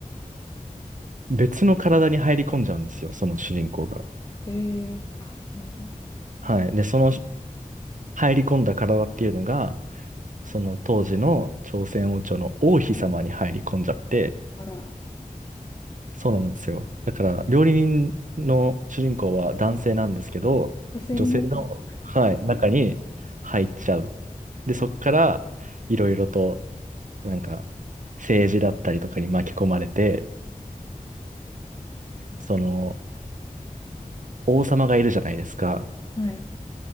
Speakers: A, on the right; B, on the left.
A: 別の体に入り込んじゃうんですよ、その主人公が。
B: ー、えー、あ、なるほど。
A: はい。で、その入り込んだ体っていうのが、その当時の朝鮮王朝の王妃様に入り込んじゃって、
B: あら、
A: そうなんですよ。だから、料理人の主人公は男性なんですけど、
B: 女性になっちゃう。
A: 女性の、はい、中に入っちゃう。で、そこから、いろいろと、なんか、政治だったりとかに巻き込まれて、その、王様がいるじゃないですか。
B: はい。